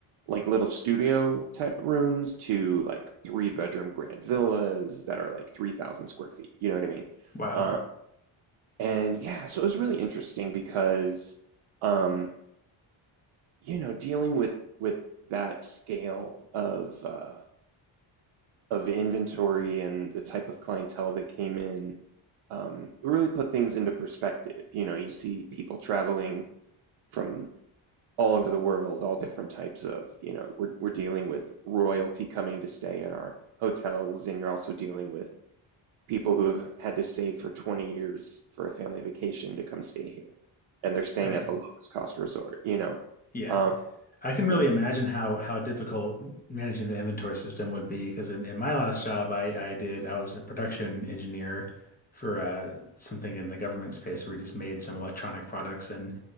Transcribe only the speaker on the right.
Like little studio type rooms to like three bedroom grand villas that are like 3,000 square feet. You know what I mean?
Uh, and yeah, so it was really interesting because. Um, you know, dealing with with that scale of uh, of inventory and the type of clientele that came in, um, it really put things into perspective. You know, you see people traveling from all over the world, all different types of, you know, we're we're dealing with royalty coming to stay in our hotels, and you're also dealing with people who have had to save for 20 years for a family vacation to come stay here, and they're staying
at the lowest cost resort. You know,
um,
In-